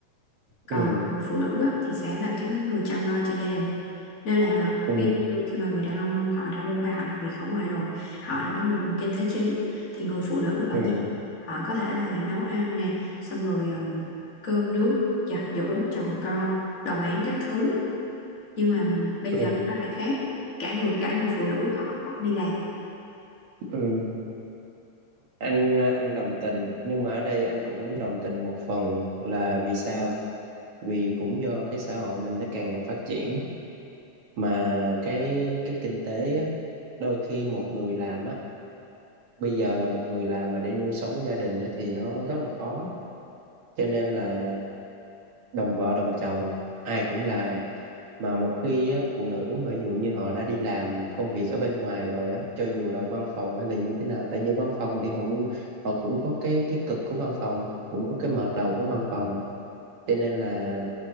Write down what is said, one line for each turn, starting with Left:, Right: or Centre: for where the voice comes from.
Left: còn
Right: ừ
Left: người phụ nữ á, thì sẽ là cái, cái người chăm lo cho gia đình nên là
Right: ừ
Left: ví dụ khi mà người đàn ông họ đã buôn ba họ làm việc ở ngoài rồi họ là cái nguồn kinh tế chính thì người phụ nữ ở
Right: ừ
Left: nhà họ có thể là nấu ăn nè xong rồi ờ, cơm nước giặt giũ chồng con đồng áng các thứ nhưng mà bây
Right: ừ
Left: giờ
Right: ừ
Left: nó lại khác cả người cả người phụ nữ họ vẫn đi làm
Right: ừ. anh anh đồng tình nhưng mà ở đây anh cũng đồng tình một phần là vì sao vì cũng do cái xã hội mình nó càng ngày phát triển mà cái cái kinh tế á, đôi khi một người làm á bây giờ là một người làm mà để nuôi sống gia đình á, thì nó rất là khó cho nên là đồng vợ đồng chồng ai cũng làm mà một khi á, phụ nữ mà ví dụ như họ đã đi làm công việc ở bên ngoài rồi á cho dù là văn phòng hay là như thế nào tại vì văn phòng thì họ, cũng- họ cũng có cái cái cực của văn phòng cũng có cái mệt đầu của văn phòng cho nên là